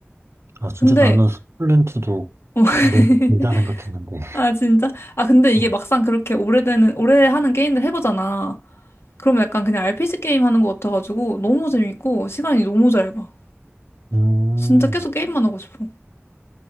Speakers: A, on the right; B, on the left.
A: 아,
B: 근데,
A: 진짜 나는 스플렌트도
B: 어, <laughs>
A: 너무 길다 생각했는데.
B: 아, 진짜? 아, 근데 이게
A: 어.
B: 막상 그렇게 오래되는, 오래 하는 게임들 해보잖아. 그럼 약간 그냥 RPG 게임 하는 것 같아가지고 너무 재밌고 시간이 너무 잘 가.
A: 음,
B: 진짜 계속 게임만 하고 싶어.